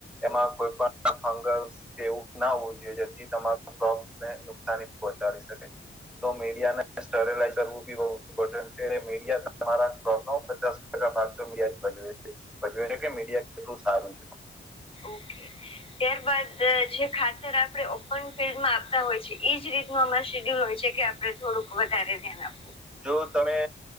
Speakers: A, in the centre; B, on the left.
A: એમાં કોઈ પણ ફંગલ્ કે એવું ના હોવું જોઈએ જેથી તમારો પ્રોપ ને નુકસાની પહોંચાડી શકે. તો મીડિયા ને સ્ટરેલાઇ કરવું બી બહુ ઇમ્પોર્ટન્ટ છે એટલે મીડિયા તમારાોકનો પચાસ ટકા ભાગ તો મીડિયા ભજવે છે ભજવે છે કે મીડિયા કેટલું સારું છે.
B: ઓકે. ત્યારબદ જે ખાતર આપણે ઓપન ફિલ્ડમાં આપતા હોય છે એજ રીતે શડ્યુલ હોય છે કે આપડણે થોડુંક વધારે ધ્યાન આપ
A: જો તમે